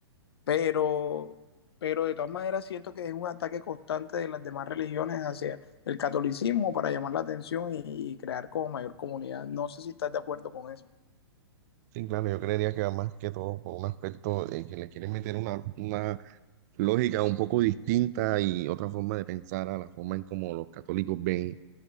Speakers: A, on the left; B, on the right.
A: pero, pero de todas maneras siento que es un ataque constante de las demás religiones hacia el catolicismo para llamar la atención y, y crear como mayor comunidad. No sé si estás de acuerdo con eso.
B: Sí, claro, yo creería que va más que todo por un aspecto de que le quieren meter una, una lógica un poco distinta y otra forma de pensar a la forma en como los católicos ven